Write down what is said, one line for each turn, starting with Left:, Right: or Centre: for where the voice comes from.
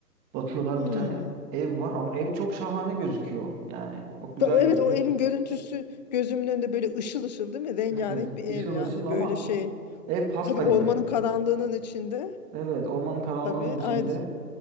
Right: Bakıyorlar
Left: Hı.
Right: bir tane ev var ama ev çok şahane gözüküyor. Yani çok güzel
Left: Ba-
Right: gözüküyor.
Left: Evet o evin görüntüsü gözümün önünde böyle ışıl ışıl değil mi? Rengarenk
Right: Evet,
Left: bir ev
Right: ışıl
Left: yani
Right: ışıl ama
Left: böyle şey.
Right: ev pasta
Left: Tabii ormanın
Right: gibi.
Left: karanlığının içinde.
Right: Evet, ormanın karanlığının
Left: Tabii.
Right: içinde.
Left: Ay